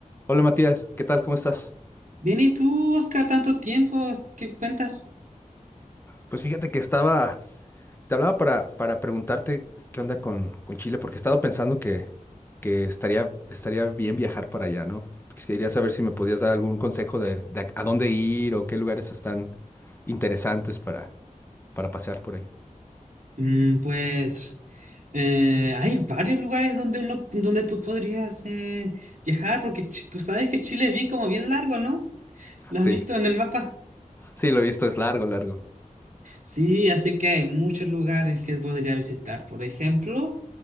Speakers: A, on the left (about 15°); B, on the right (about 65°).
A: Hola Matías, ¿qué tal? ¿Cómo estás?
B: Bien, ¿y tú, Oscar, tanto tiempo? ¿Qué cuentas?
A: Pues fíjate que estaba, te hablaba para, para preguntarte qué onda con, con Chile, porque he estado pensando que, que estaría, estaría bien viajar para allá, ¿no? Quis- Quería saber si me podías dar algún consejo de, de a a dónde ir o qué lugares están interesantes para, para pasear por ahí.
B: Mm, pues eh, hay varios lugares donde uno, donde tú podrías eh, viajar, porque Ch- tú sabes que Chile es bien como bien largo, ¿no? ¿Lo
A: Sí,
B: has visto en el mapa?
A: sí, lo he visto, es largo, largo.
B: Sí, así que hay muchos lugares que podría visitar. Por ejemplo,